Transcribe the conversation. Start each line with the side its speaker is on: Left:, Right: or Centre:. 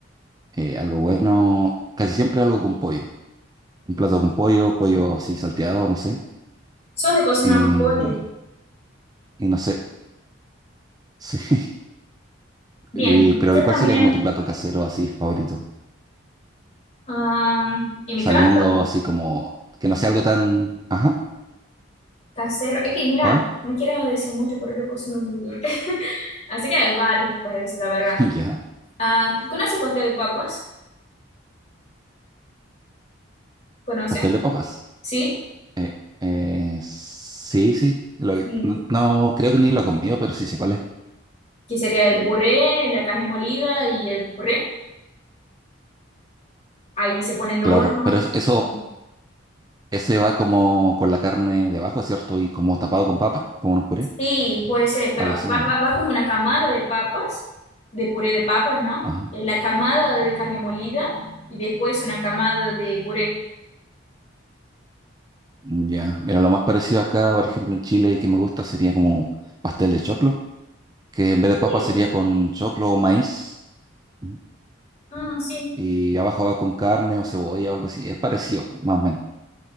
Right: eh, algo bueno, casi siempre algo con pollo. Un plato con pollo, pollo así salteado, no sé.
Left: sos de cocinar
Right: Eh,
Left: más pollo.
Right: y no sé, <laughs> sí.
Left: Bien,
Right: Y, pero
Left: yo
Right: ¿y cuál
Left: también.
Right: sería como tu plato casero así favorito?
Left: am, en mi
Right: Saliendo
Left: caso,
Right: así como, que no sea algo tan... Ajá,
Left: casero. Es que, mira,
Right: ¿cuál?
Left: no quiero decir mucho, pero yo cocino muy bien. <laughs> Así que hay varios para decir la verdad.
Right: <laughs> Ya,
Left: Ah, ¿conoce pastel de papas? ¿Conoce?
Right: pastel de papas.
Left: ¿Sí?
Right: Eh, eh, sí, sí, lo-
Left: Sí.
Right: no, no, creo que ni lo he comido, pero sí sé cuál es.
Left: que sería el puré, la carne molida y el puré. Ahí se pone en el
Right: Claro,
Left: horno.
Right: pero es- eso,
Left: con-
Right: ese va como con la carne debajo, ¿cierto? Y como tapado con papa, como un puré,
Left: Sí, puede ser, pero
Right: algo
Left: va,
Right: así, ¿o no?
Left: va- va como una camada de papas, de puré de papas, ¿no?
Right: Ajá,
Left: Eh, La camada de carne molida y después una camada de puré.
Right: ya. Mira, lo más parecido acá, por ejemplo, en Chile y que me gusta sería como pastel de choclo, que en vez de
Left: Sí,
Right: papa sería con choclo o maíz, Ujú.
Left: mm, sí.
Right: y abajo va con carne o cebolla o algo así, es parecido, más o menos.